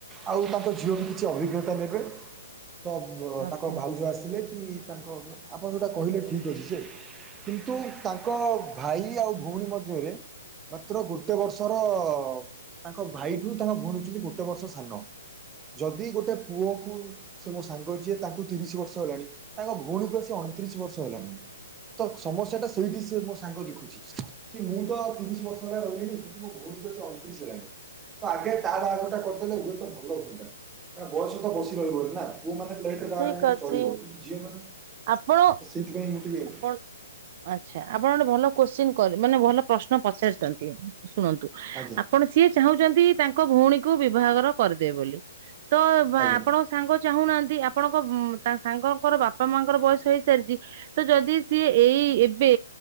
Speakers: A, on the right; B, on the right.
A: ଆଉ ତାଙ୍କ ଝିଅ ବି କିଛି ଅଭିଜ୍ଞତା ନେବେ ତ
B: ଆଚ୍ଛା
A: ତାଙ୍କ ଭାଉଜ ଆସିଲେ କି ତାଙ୍କ ଆପଣ ଯୋଉଟା କହିଲେ ଠିକ୍ ଅଛି ଯେ କିନ୍ତୁ ତାଙ୍କ ଭାଇ ଆଉ ଭଉଣୀ ମଧ୍ୟରେ ମାତ୍ର ଗୋ ଗୋଟେ ବର୍ଷର ତାଙ୍କ ଭାଇଠୁ ତାଙ୍କ ଭଉଣୀ ହଉଛନ୍ତି ଗୋଟେ ବର୍ଷ ସାନ ଯଦି ଗୋଟେ ପୁଅକୁ ସେ ମୋ ସାଙ୍ଗ ଯିଏ ତାଙ୍କୁ ତିରିଶି ବର୍ଷ ହେଲାଣି ତାଙ୍କ ଭଉଣୀକୁ ଆ ସେ ଅଣ ତିରିଶି ବର୍ଷ ହେଲାଣି ତ ସମସ୍ୟା ଟା ସେଇଠି ସେ ମୋ ସାଙ୍ଗ ଦେଖୁଛି କି ମୁଁ ତ ତିରିଶି ବର୍ଷ ହେଲା ରହିଲିଣିି ମୋ ଭଉଣୀ କି ଆସିକି ଅଣତିରିଶି ହେଲାଣି। ତ ଆଗେ ତା ବାହାଘରଟା କରିଦେଲେ ହୁଏତ ଭଲ ହୁଅନ୍ତା କାରଣ ବୟସ ତ ବସି ରହିବନି ନା ପୁଅ ମାନେ ଲେଟ୍ ବାହା
B: ଠିକ
A: ହେଲେ
B: ଅଛି।
A: ଚଲିବ କିନ୍ତୁ ଝିଅ ମାନେ
B: ଆପଣ
A: ତ ସେଇଥିପାଇଁ ମୁଁ ଟିକେ
B: ଆପଣ ଆଚ୍ଛା ଆପଣ ଗୋଟେ ଭଲ କୋଶ୍ଚିନ୍ ମାନେ ଭଲ ପ୍ରଶ୍ନ ପଚାରିଛନ୍ତି ଶୁଣନ୍ତୁ।
A: ଆଜ୍ଞା
B: ଆପଣ ସିଏ ଚାହୁଁଛନ୍ତି ତାଙ୍କ ଭଉଣୀକୁ ବିବାହ ଘର କରିଦେବେ ବୋଲି। ତ
A: ଆଜ୍ଞା
B: ଆପଣଙ୍କ ସାଙ୍ଗ ଚାହୁଁ ନାହାନ୍ତି। ଆପଣଙ୍କ ତା ସାଙ୍ଗଙ୍କର ବାପା ମାଙ୍କର ବୟସ ହେଇସାରିଛି ତ ଯଦି ସିଏ ଏଇ ଏବେ